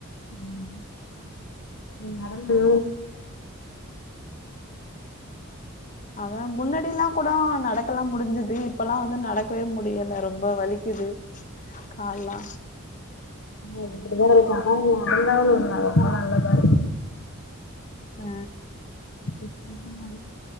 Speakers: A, on the left; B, on the left.
A: ம் நீ நடந்து
B: அதா முன்னாடிலா கூடோ நடக்கலா முடிஞ்சுது இப்பல்லா வந்து நடக்கவே முடியல ரொம்ப வலிக்குது கால்லா
A: அப்புடிதா இருக்கோ ஆனா நடந்தா அவ்ளோ நல் ரொம்ப நல்லதா இருக்
B: அ
A: இப்ப குருமா இருக்